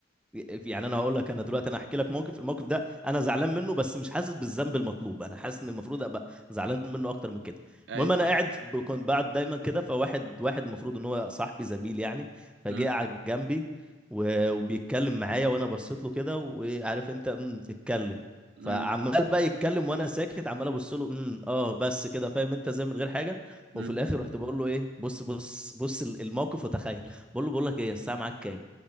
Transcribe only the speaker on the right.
اي
امم
امم
امم